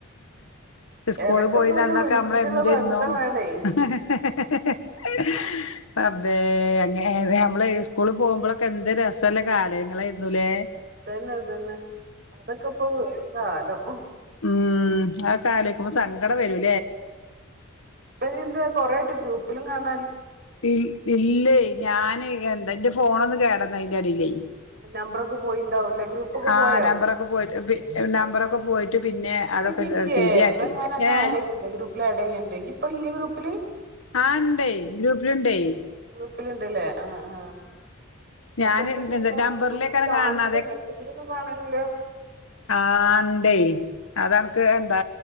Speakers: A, on the left; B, on the right.
A: സ്കൂള്
B: എടക്കൊക്കെ
A: പോയിന്നന്നൊക്കെ
B: ഒന്ന് വിളിച്ചിട്ടുള്ള
A: നമ്മള എന്തേന്നു
B: ബന്ധം വേണേ
A: ഹ ഹ റബേ അങ്ങ നമ്മള് സ്കൂള പോകുമ്പോളൊക്കെ എന്ത് രസല്ല കാലയങ്ങളായിരുന്നുലേ
B: അതന്നെ അതന്നെ അതൊക്കെ ഇപ്പൊ ഒരു കാലം
A: ഉം അതൊക്കെ ആലോചിക്കുമോ സങ്കടം വരും.
B: ഇപ്പൊ എന്താ കൊറേ ആയിട്ട് ഗ്രൂപ്പിലും കാണ
A: ഇ ഇല്ല ഞാന് എന്താ എന്റെ ഫോണ ഒന്ന് കേട് വന്ന് അതിൻ്റെ അടിയിലേ.
B: നമ്പറൊക്കെ പോയിണ്ടാവും ഇല്ല ഗ്രൂപ്പൊക്കെ
A: ആഹ്
B: പോയോ?
A: നമ്പറൊക്കെ പോയിട്ട് പി നമ്പറൊക്കെ പോയിട്ട് പിന്നെ
B: ഇപ്പ
A: അതൊക്കെ
B: ഈയ് ഇല്ലേ
A: ശ ശരിയാക്കി
B: എന്നാ ഞാൻ നിന്നെ
A: ഏഹ്
B: ആഡ് ചെയ്യണ്ട് ഗ്രൂപ്പില് ആഡ് ചെയ്യണ്ട് ഈയ് ഇപ്പ ഇല്ലേ ഗ്രൂപ്പില്?
A: ആ ഉണ്ടായി ഗ്രൂപ്പിലുണ്ടായി.
B: ഗ്രൂപ്പിൽ ഇണ്ടല്ലേ ആ ആ. എന്നിട്ട്ന്താ
A: ഞാന്
B: ചെയ്യ ഇപ്പ
A: എന്താ നമ്പറിലേക്കാരം
B: ഗൂപ്പ കാണില്ല
A: കാൺണെ
B: മെസ്സേജ് ഒന്നും കാണലില്ലല്ലോ.
A: ആ ഉണ്ടേ അതനിക്ക് എന്താ